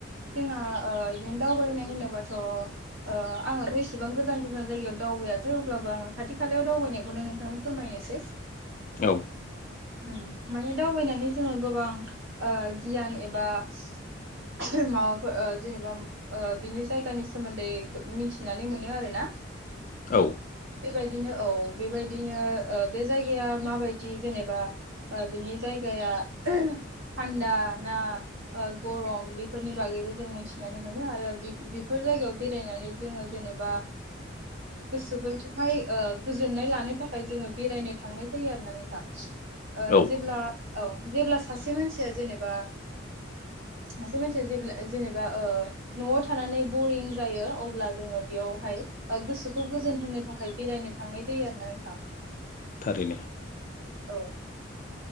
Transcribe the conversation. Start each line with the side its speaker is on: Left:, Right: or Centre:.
Right: जोंना ओ इदिनो दावबायनाय होनोबाथ' ओ आङोथ' एसेबां गोजान गोजान जायगायाव दावबायाखै अब्लाबो आङो खाथि खालायाव दावबायनायखौनो नोंथांनो फोरमायनोसै
Left: औ'
Right: उम माने दावबायनानै जोङो गोबां ओ गियान एबा <inaudible> माबाफोर ओ जेनेबा ओ बिनि जायगानि सोमोन्दै मिथिनानै मोनो आरोना
Left: औ
Right: बेबायदिनो औ बेबायदिनो ओ बे जायगाया माबायदि जेनेबा ओ बिनि जायगाया थान्दा ना आ गरम बेफोरनि बागैबो जों मोनथिनानै मोनो आरो बेफोर जायगायाव बेरायनानै जोङो जेनेबा गोसोफोरखौहाय गोजोननाय लानो थाखाय जोङो बेरायनो थांनाय जायो आरो ना नोंथां ओ
Left: औ
Right: जेब्ला औ' जेब्ला सासे मानसिया जेनेबा सासे मानसिया जेब्ला जेनेबा ओ न'आव थानानै बरिं जायो अब्ला जोङो बेयावहाय गोसोखौ गोजोन होनो थाखाय बेरायनो थांनाय जायो आरो नोंथां
Left: थारैनो
Right: <inaudible> औ